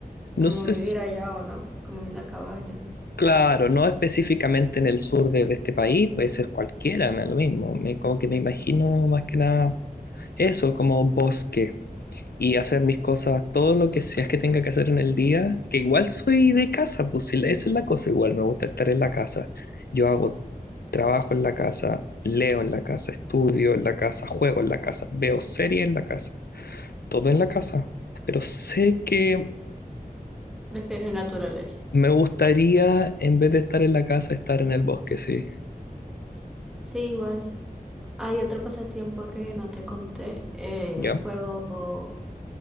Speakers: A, in the centre; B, on the left.
A: Como
B: No sé,
A: vivir allá o no, como en una cabaña.
B: Claro, no específicamente en el sur de, de este país, puede ser cualquiera, me da lo mismo. Me, como que me imagino más que nada eso, como bosque y hacer mis cosas, todo lo que sea que tenga que hacer en el día, que igual soy de casa, pues si la- esa es la cosa, igual me gusta estar en la casa. Yo hago trabajo en la casa, leo en la casa, estudio en la casa, juego en la casa, veo series en la casa, todo en la casa. Pero sé que
A: Prefiero naturaleza.
B: me gustaría, en vez de estar en la casa, estar en el bosque, sí,
A: Sí, igual. Hay otro pasatiempo que no te conté. eh,
B: ¿ya?
A: juego